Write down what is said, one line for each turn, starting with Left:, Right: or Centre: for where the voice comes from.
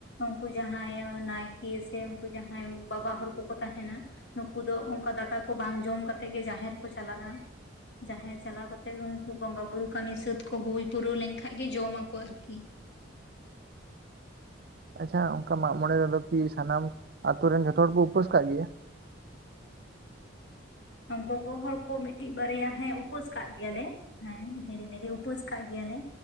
Left: ᱩᱱᱠᱩ ᱡᱟᱦᱟᱸᱭ ᱱᱟᱭᱠᱮ ᱥᱮ ᱩᱱᱠᱩ ᱡᱟᱦᱟᱸᱭ ᱵᱟᱵᱟ ᱦᱚᱲ ᱠᱚ ᱠᱚ ᱛᱟᱦᱮᱱᱟ᱾ ᱱᱩᱠᱩ ᱫᱚ ᱚᱱᱠᱟ ᱫᱟᱠᱟ ᱠᱚ ᱵᱟᱝ ᱡᱚᱢ ᱠᱟᱛᱮᱫ ᱜᱮ ᱡᱟᱦᱮᱨ ᱠᱚ ᱪᱟᱞᱟᱜᱼᱟ ᱡᱟᱦᱟᱸᱭ ᱪᱟᱞᱟᱣ ᱠᱟᱛᱮᱜ ᱩᱱᱠᱩ ᱵᱚᱸᱜᱟ ᱵᱩᱨᱩ ᱠᱟᱹᱢᱤ ᱥᱟᱹᱛ ᱠᱚ ᱦᱩᱭ ᱯᱩᱨᱟᱹᱣ ᱞᱮᱱ ᱠᱷᱟᱡ ᱜᱮ ᱡᱚᱢᱟ ᱠᱚ ᱟᱨᱠᱤ
Right: ᱟᱪᱪᱷᱟ ᱚᱱᱠᱟ ᱢᱟᱜ ᱢᱚᱬᱮ ᱨᱮᱫᱚ ᱠᱤ ᱥᱟᱱᱟᱢ ᱟᱛᱳ ᱨᱮᱱ ᱡᱷᱚᱛᱚ ᱦᱚᱲ ᱠᱚ ᱩᱯᱟᱹᱥ ᱠᱟᱜ ᱜᱮᱭᱟ᱾
Left: ᱜᱚᱜᱚ ᱦᱚᱲ ᱠᱚ ᱢᱤᱫᱴᱤᱡ ᱵᱟᱨᱭᱟ ᱦᱮᱸ ᱩᱯᱟᱹᱥ ᱠᱟᱜ ᱜᱮᱭᱟ ᱞᱮ ᱦᱮᱸ ᱦᱮᱸ ᱦᱤᱲᱤᱧ ᱞᱤᱫᱟᱹᱧ ᱩᱯᱟᱹᱥ ᱠᱟᱜ ᱜᱮᱭᱟ ᱞᱮᱼᱼ